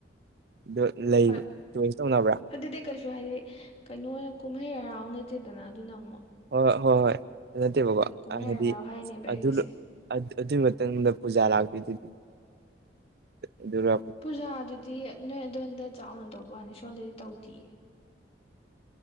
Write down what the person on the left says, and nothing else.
ꯍꯣꯏ
ꯑꯗꯨꯗꯤ ꯀꯩꯁꯨ ꯍꯥꯏꯗꯤ ꯀꯩꯅꯣ ꯑꯣꯏꯅ ꯀꯨꯝꯍꯩ ꯍꯔꯥꯎ ꯅꯠꯇꯦꯗꯅ ꯑꯗꯨꯅ ꯑꯃꯨꯛ
ꯀꯨꯝꯍꯩ
ꯍꯔꯥꯎ ꯍꯥꯏꯅꯦꯕ ꯑꯩꯒꯤꯁꯦ
ꯄꯨꯖꯥꯗꯨꯗꯤ ꯅꯣꯏ ꯑꯗꯣꯣꯟꯝꯗ ꯆꯥꯎꯅ ꯇꯧꯕ ꯋꯥꯅꯤ ꯁꯣꯝꯗꯗꯤ ꯇꯧꯗꯤꯌꯦ